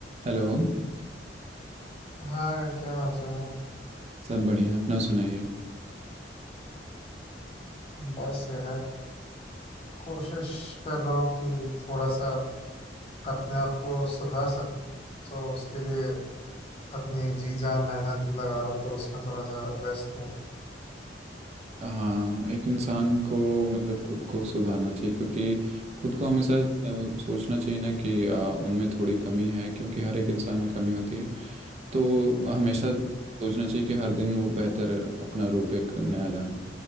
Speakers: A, on the right; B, on the left.
A: Hello
B: हाँ क्या हाल चाल
A: सब बढ़िया अपना सुनाइए
B: है? बस यार कोशिश कर रहा हूँ कि थोड़ा सा अपने आप को सुधार सकूं तो उसके लिए अपनी जी जान मेहनत लगा रहा हूँ तो उसमें थोड़ा सा व्यस्त हूँ
A: हाँ एक इंसान को मतलब खुद को सुधारना चाहिए क्योंकि खुद को हमेशा अ, सोचना चाहिए ना कि अ, उनमें थोड़ी कमी है क्योंकि हर एक इंसान में कमी होती है तो हमेशा सोचना चाहिए कि हर दिन वो बेहतर अपना रूप एक नया लाएं